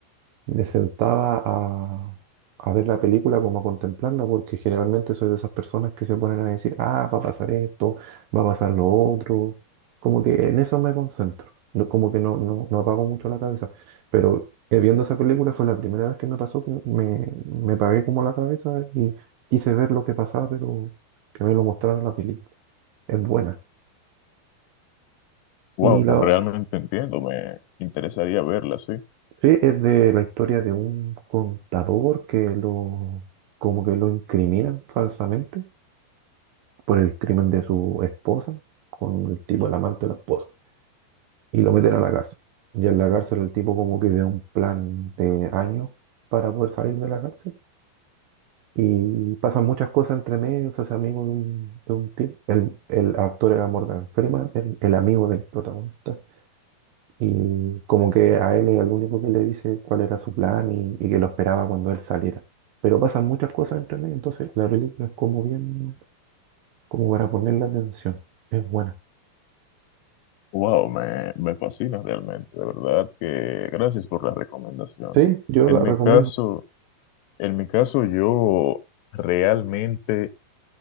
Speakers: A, on the right (about 75°); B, on the left (about 90°).
A: me sentaba a, a ver la película como a contemplarla, porque generalmente soy de esas personas que se ponen a decir, ah, va a pasar esto, va a pasar lo otro. Como que en eso me concentro, no- como que no, no, no apago mucho la cabeza. Pero eh, viendo esa película fue la primera vez que me pasó que me, me apagué como la cabeza y quise ver lo que pasaba, pero que me lo mostrara la película. Es buena.
B: Wow,
A: Y la,
B: realmente entiendo, me interesaría verla, sí.
A: Sí, es de la historia de un contador que lo, como que lo incriminan falsamente por el crimen de su esposa con el tipo, el amante de la esposa, y lo meten a la cárcel. Y en la cárcel el tipo como que ve un plan de años para poder salir de la cárcel. Y pasan muchas cosas entre medio, se hace amigo de un, de un tipo. El, el actor era Morgan Freeman, el, el amigo del protagonista. Y como que a él es el único que le dice cuál era su plan y, y que lo esperaba cuando él saliera. Pero pasan muchas cosas entre medio, entonces la película es como bien, como para ponerle atención. Es buena.
B: Wow, me, me fascina realmente, de verdad que gracias por la recomendación.
A: Sí, yo
B: En
A: la recomiendo.
B: mi caso, en mi caso yo realmente